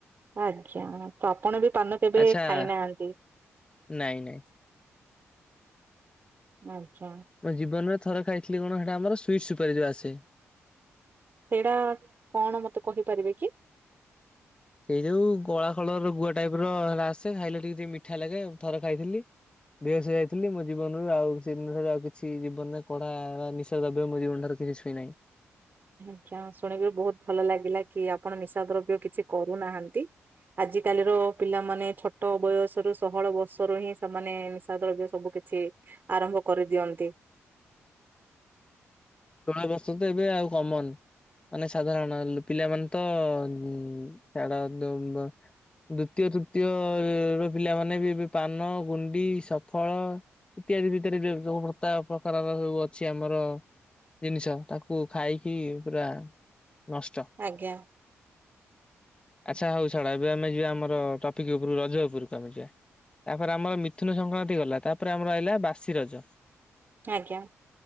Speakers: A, on the right; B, on the left.
A: ଆଜ୍ଞା, ତ ଆପଣ ବି ପାନ କେବେ
B: ଆଚ୍ଛା
A: ଖାଇନାହାନ୍ତି?
B: ନାଇଁ, ନାଇଁ।
A: ଆଚ୍ଛା।
B: ମୋ ଜୀବନରେ ଥରେ ଖାଇଥିଲି କଣ ସେଟା ଆମର ସୁଇଟ୍ସ ସୁପାରି ଯୋଉ ଆସେ।
A: ସେଇଟା କଣ ମୋତେ କହିପାରିବେ କି।
B: ସେଇ ଯୋଉ କଳା କଲର ର ଗୁଆ ଟାଇପୂ ର ସେଟା ଆସେ ଖାଇଲେ ଟିକେ ଟିକେ ମିଠା ଲାଗେ ଆଉ ଥରେ ଖାଇଥିଲି। ବେହସ ହେଇ ଯାଇଥିଲି ମୋ ଜୀବନରୁ ଆଉ ସେ ଦିନ ଠାରୁ ଆଉ କିଛି ଜୀବନରେ କଡା ନିଶାଦ୍ରବ୍ୟ ମୋ ଜୀବନ ଠାରୁ କେବେ ଛୁଇଁନାଇ।
A: ଆଜ୍ଞା ଶୁଣିକି ବହୁତ ଭଲ ଲାଗିଲା କି ଆପଣ ନିଶାଦ୍ରବ୍ୟ କିଛି କରୁନାହାନ୍ତି। ଆଜିକାଲିର ପିଲାମାନେ ଛୋଟ ବୟସରୁ ଷୋହଳ ବର୍ଷରୁ ହିଁ ସେମାନେ ନିଶା ଦ୍ରବ୍ୟ ସବୁ କିଛି ଆରମ୍ଭ କରିଦିଅନ୍ତି।
B: ଷୁଳ ବର୍ଷ ରୁ ତ ଏବେ ଆଉ କମନ୍। ମାନେ ସାଧାରଣ ଲ-ପିଲାମାନେ ତ ଉଁ, ଛାଡ ଦଉଡ ଦ୍ଵିତୀୟ ତୃତୀୟ ର ପିଲାମାନେ ବି ଏବେ ପାନ, ଗୁଣ୍ଡି, ସଫଳ ଇତ୍ୟାଦି ଭିତରେ ଯୋଉ ଯୋଉ ଭତା ପ୍ରକାରର ସବୁ ଅଛି ଆମର। ଜିନିଷ ତାକୁ ଖାଇକି ପୁରା ନଷ୍ଟ।
A: ଆଜ୍ଞା।
B: ଆଚ୍ଛା ହଉ ଛାଡ ଏବେ ଆମେ ଯିବା ଆମର ଟପିକ୍ ଉପରୁ ରଜ ଉପରକୁ ଆମେ ଯିବା। ତାପରେ ଆମର ମିଥୁନ ସଂକ୍ରାନ୍ତି ଗଲା, ତାପରେ ଆମର ଆଇଲା ବାସି ରଜ।
A: ଆଜ୍ଞା।